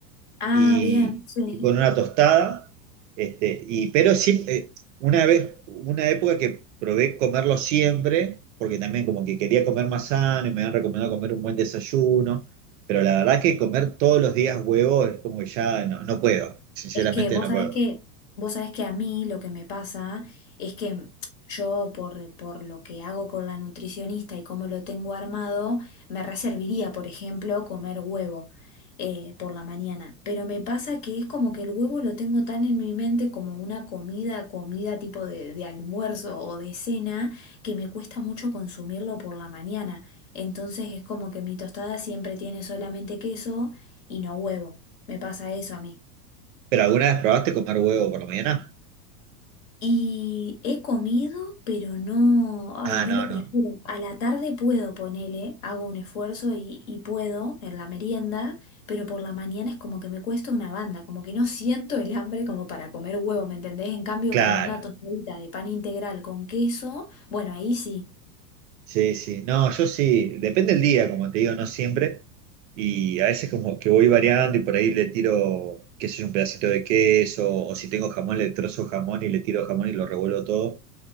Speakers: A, on the left (about 50°); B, on the right (about 50°).
A: Ah,
B: y,
A: bien, sí.
B: y con una tostada. Este, y, pero siempre, una vez, una época que probé comerlo siempre, porque también como que quería comer más sano y me han recomendado comer un buen desayuno, pero la verdad que comer todos los días huevo es como que ya no, no puedo, sinceramente
A: Es que vos
B: no
A: sabés
B: puedo.
A: que, vos sabés que a mí lo que me pasa es que yo por, por lo que hago con la nutricionista y cómo lo tengo armado, me reservaría, por ejemplo, comer huevo eh, por la mañana. Pero me pasa que es como que el huevo lo tengo tan en mi mente como una comida, comida tipo de, de almuerzo o de cena, que me cuesta mucho consumirlo por la mañana. Entonces es como que mi tostada siempre tiene solamente queso y no huevo. Me pasa eso a mí.
B: ¿Pero alguna vez probaste comer huevo por la mañana?
A: Y he comido, pero no, ay,
B: Ah,
A: no
B: no,
A: lo
B: no,
A: prefiero. A la tarde puedo ponerle, hago un esfuerzo y, y puedo en la merienda, pero por la mañana es como que me cuesta una banda, como que no siento el hambre como para comer huevo, ¿me entendés? En cambio,
B: claro.
A: con una tostadita de pan integral con queso, bueno, ahí sí,
B: Sí, sí, no, yo sí, depende del día, como te digo, no siempre, y a veces como que voy variando y por ahí le tiro, qué sé yo, un pedacito de queso, o si tengo jamón, le trozo jamón y le tiro jamón y lo revuelvo todo,